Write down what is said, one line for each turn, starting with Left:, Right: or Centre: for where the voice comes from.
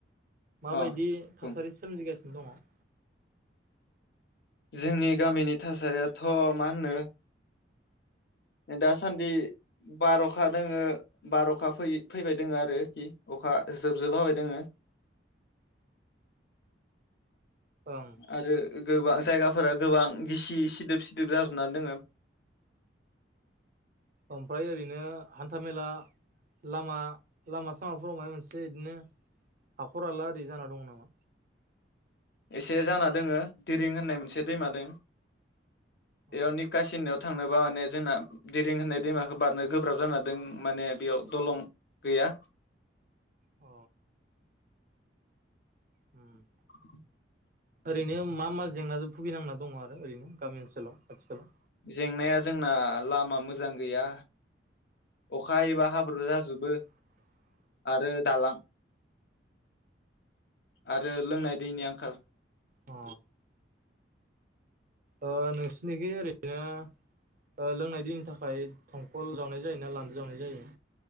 Right: माबायदि
Left: अ
Right: थासारि
Left: बुं
Right: सोमजिगासिनो। दङ
Left: जोंनि गामिनि थासारियाथ' मा होनो दासान्दि बार'खा दोङो बार'खा फैबाय दोङो आरोखि अखा जोबजोबहाबाय दोङो
Right: ओं
Left: आरो गोबां जायगाफोरा गोबां गिसि सिदोब सिदोब जाजोबनानै दोङो।
Right: ओमफ्राय ओरैनो हान्थाामेला लामा लामा सामाफोराव मायबा मोनसे इदिनो हाखर हाला ओरै जाना दं नामा?
Left: एसे जाना दोङो दिरिं होननाय मोनसे दैमा दों।
Right: अ
Left: एयाव निखासि होनायाव थांनोबा माने जोंना देरिं होननाय दैमाखौ बारनो गोब्राब जाना दं माने बेयाव दलं गैया।
Right: अ हम
Left: <inaudible>
Right: ओरैनो मा मा जेंनाजों भुगिनांना दङ आरो ओरैनो गामि ओनसोलाव आथिखालाव
Left: जेंनाया जोंना लामा मोजां गैया अखा हायोबा हाब्रु जाजोबो आरो दालां आरो लोंनाय दैनि आंखाल
Right: अ ओ नोंसोरनिखि ओरैनो लोंनाय दैनि थाखाय दंखल जावनाय जायो ना लान्दो जावनाय जायो।